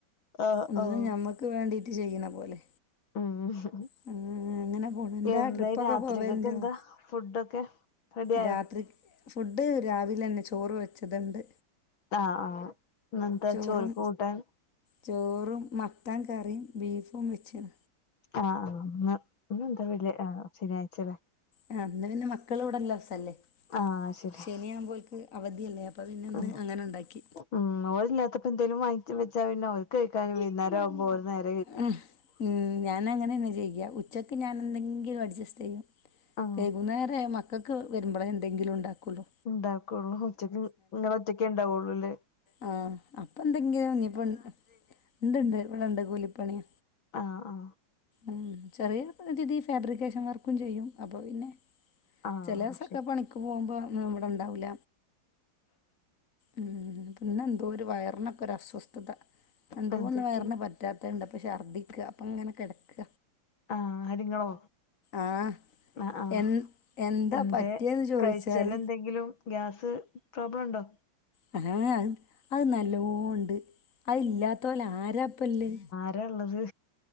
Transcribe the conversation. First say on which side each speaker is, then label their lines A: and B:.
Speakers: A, on the left; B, on the left.
A: ആഹ്
B: ഒന്നും
A: ആഹ്
B: ഞമ്മക്ക് വേണ്ടീട്ട് ചെയ്യ്ണ പോലെ
A: ഉം
B: <inaudible> എന്താ
A: എന്ത്
B: ട്രിപ്പൊക്കെ
A: രാത്രികക്കെന്താ
B: പോവലുണ്ടോ
A: ഫുഡൊക്കെ റെഡി ആയോ
B: രാത്രി ഫുഡ് രാവിലെന്നെ ചോറ് വെച്ചത്ണ്ട്.
A: ആ ആ ഇന്നെന്താ
B: ചോറും
A: ചോറ്ക്ക് കൂട്ടാൻ
B: ചോറും മത്തൻ കറീം ബീഫും വെച്ച്ണ്.
A: ആ ആ. ഇന്ന് ഇന്നെന്താ വെള്ളി, ആ ശനിയാഴ്ച്ച ലെ
B: ആ ഇന്ന് പിന്നെ മക്കള് ഇവട ഇള്ള ദിസല്ലെ?
A: ആഹ് ശരി
B: ശനി ആവുമ്പോൽക്ക് അവധിയല്ലേ അപ്പൊ പിന്നെ ഇന്ന്
A: ഉം
B: അങ്ങനെ ഇണ്ടാക്കി.
A: ഉം ഓലില്ലാത്തപ്പ എന്തേലും വാങ്ങിച്ച് വെച്ചാ പിന്നെ ഓര്ക്ക് കഴിക്കാന് വൈന്നാരാവുമ്പോ ഒര് നേര്
B: ഉം ഞാന അങ്ങനെന്ന ചെയ്യാ ഉച്ചക്ക് ഞാൻ എന്തെങ്കിലും അഡ്ജസ്റ്റ് ചെയ്യും.
A: ഉം
B: വൈകുന്നേരായാ മക്കക്ക് വെരുമ്പളേ എന്തെങ്കിലും ഇണ്ടാക്കൊള്ളൂ.
A: ഇണ്ടാക്കൊള്ളൂ ഉച്ചക്ക് ഇങ്ങളോറ്റക്കെ ഇണ്ടാവൊള്ളു ലെ
B: ആ അപ്പൊ എന്തെങ്കിലും, ഇഞ്ഞ്പ്പൊ ഇണ്ട്ണ്ട് ഇവടണ്ട് കൂലി പണിയ.
A: ആ ആ
B: ഉം ചെറിയ രീതി ഫാബ്രിക്കേഷൻ വർക്കും ചെയ്യും അപ്പൊ പിന്നെ
A: ആഹ്
B: ചെലെ ദിവസൊക്കെ
A: ശരി
B: പണിക്ക് പോവുമ്പോ ന്ന് ഇവട ഇണ്ടാവൂല. ഉം ഇന്നെന്തോ ഒരു വയർനൊക്ക ഒരു അസ്വസ്ഥത എന്തോ
A: എന്ത്
B: ഒന്ന്
A: പറ്റി
B: വയർന് പ ത്തെ കണ്ടപ്പ ഷർദിക്കാ അപ്പങ്ങനെ കെടക്ക
A: ആ ആര് ഇങ്ങളോ
B: ആഹ്
A: ആ ആഹ്
B: എ എന്താ
A: എന്തേ
B: പറ്റിയെന്ന് ചോദിച്ചാൽ
A: കഴിച്ചേല് എന്തെങ്കിലും ഗ്യാസ് പ്രോബ്ലം ഇണ്ടോ
B: ഹ ഹാ അത് നല്ലോ ഇണ്ട് അതില്ലാത്തോല് ആരാപ്പല്ലേ
A: രാ ഇള്ളത്